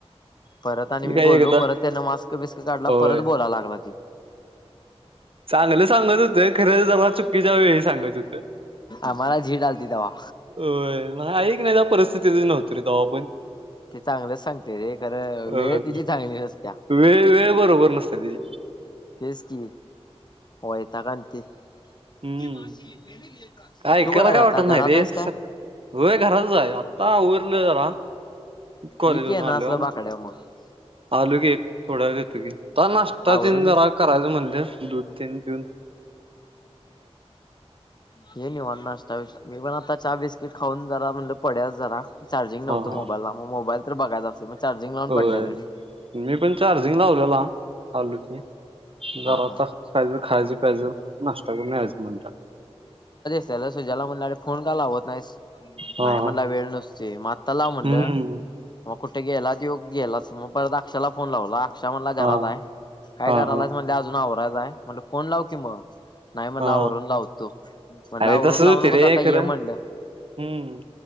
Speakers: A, on the left; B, on the right.
A: परत आणि मी
B: काय
A: बोललो,
B: एकदा
A: परत त्यांन मास्क बिस्क काढला,
B: होय
A: परत बोला लागला तेव.
B: चांगलं सांगत होत, खरं चुकीच्या वेळी सांगत होतं
A: आम्हाला जिड आलती तवा.
B: वय, ऐकण्याच्या परिस्थितीत नव्हत रे तवा पण.
A: ते चांगलंच सांगते रे, खरं
B: अ,
A: वेळ तिची चांगली नसत्या.
B: वेळ वेळ बरोबर नसते तिची.
A: तेच की वैताग आणती.
B: हम्म
A: <unintelligible>
B: काय ऐकायला
A: तू कुठेस
B: काय वाटत
A: आता
B: नाही
A: घरात
B: रे
A: आहेस का?
B: सक- होय घरातच आहे आत्ता आवरल जरा कॉलेजून
A: ये की येन
B: आलो.
A: असलं बाकड्या मग
B: आलू की थोड्या देतो की नाशता
A: आवरून
B: तिन जरा
A: ये
B: करायचं म्हण. तेन पिऊन.
A: हे निव नाष्टताविष मी पण आता चहा बिस्किट खाऊन जरा म्हणजे पडाव जरा. चार्जिंग नव्हतं
B: हा हा
A: मोबाईला मग मोबाईल तर बघायच असते मग चार्जिंग लाव
B: होय
A: पडलं तरी.
B: मी पण चार्जिंग लावलेलाल आलोच मी.
A: हा
B: घरात
A: हा
B: खज खायच पाहिज नाश्ता करून याच म्हणट
A: त्याला सुज्याला म्हण फोन कला हवत नाहीस.
B: हा
A: नाही म्हणला
B: हा
A: वेळ नसती मग आत्ता लाव म्हणलं.
B: हम्म
A: मग कुठे गेला त गेला मग परत अक्षाला फोन लावला अक्षा म्हणला. घरात
B: हा
A: आहे काय
B: हा
A: करायला
B: हा
A: म्हण अजून आवरायचं आहे म्हण फोन लाव की मग. नाही मणलावरून
B: हा
A: लावतो. म्हणलं
B: अरे
A: आवरून
B: तसं
A: लावू
B: होते
A: नकोस
B: रे
A: आता ये
B: खरं.
A: म्हणलं
B: हम्म